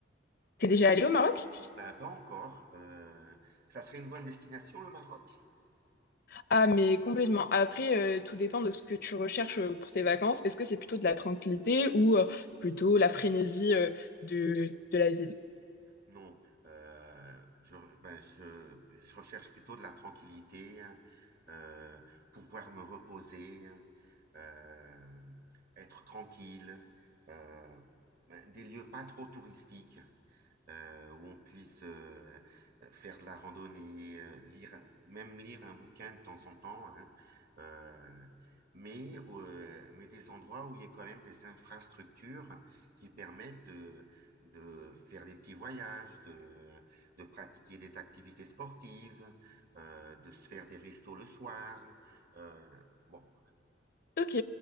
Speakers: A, on the left; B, on the right.
A: T'es déjà allé au Maroc?
B: ben pas encore. Euh, ça serait une bonne destination, le Maroc?
A: Ah, mais complètement. Après, euh, tout dépend de ce que tu recherches euh, pour tes vacances. Est-ce que c'est plutôt de la tranquillité ou euh, plutôt la frénésie euh, de, de la ville?
B: Non, euh, je, ben, je, je recherche plutôt de la tranquillité, hein, euh, pouvoir me reposer, hein, euh, être tranquille, euh, ben, des lieux pas trop touristiques euh, où on puisse euh, faire de la randonnée, euh, lire, même lire un bouquin de temps en temps, hein, euh, mais, euh, mais des endroits où il y a quand même des infrastructures qui permettent de, de faire des petits voyages, de, de pratiquer des activités sportives, euh, de se faire des restos le soir. Euh, bon,
A: Ok,